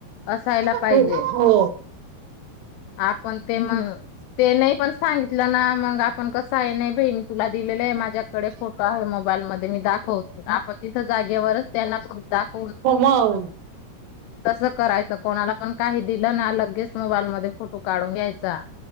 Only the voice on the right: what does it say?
खूप हो
हो मं.